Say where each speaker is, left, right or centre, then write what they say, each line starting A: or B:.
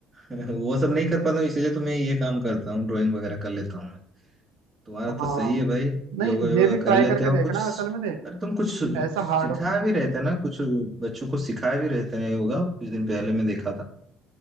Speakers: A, on the right; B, on the right.
A: <laughs> वो सब नहीं कर पाता हूँ इसीलिए तो मैं ये काम करता हूँ ड्राइंग वगैरह कर लेता हूँ तुम्हारा तो
B: हाँ
A: सही है भाई
B: नहीं
A: योगा योगा
B: ये भी ट्राई
A: कर लेते
B: करके
A: हो
B: देखना
A: कुछ
B: असल में देख
A: अरे तुम कुछ
B: ऐसा
A: सिखा
B: हार्ड
A: भी रहे थे ना कुछ बच्चों को सिखा भी रहे थे ना योगा कुछ दिन पहले मैं देखा था